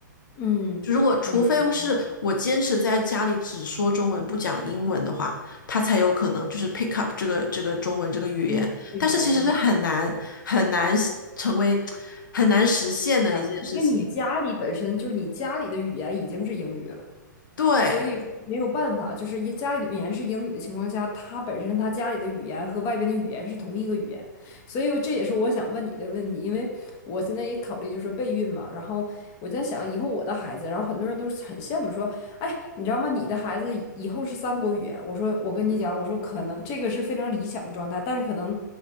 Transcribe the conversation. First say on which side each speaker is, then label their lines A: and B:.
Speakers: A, on the left; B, on the left.
A: 嗯，
B: 就如果除非是我坚持在家里只说中文不讲英文的话，
A: 明白明白，
B: 他才有可能就是 pick up 这个这个中文这个语言。
A: 嗯，语言明
B: 但是其实是很难很难成为很难实现的一件事情。
A: 白因为你家里本身就是你家里的语言已经是英语了。
B: 对，
A: 所以没有办法，就是一家里的语言是英语的情况下，他本身他家里的语言和外边的语言是同一个语言，所以这也是我想问你的问题，因为我现在也考虑就是备孕嘛，然后我在想以后我的孩子，然后很多人都是很羡慕说，哎，你知道吗？你的孩子以以后是三国语言，我说我跟你讲，我说可能这个是非常理想的状态，但是可能。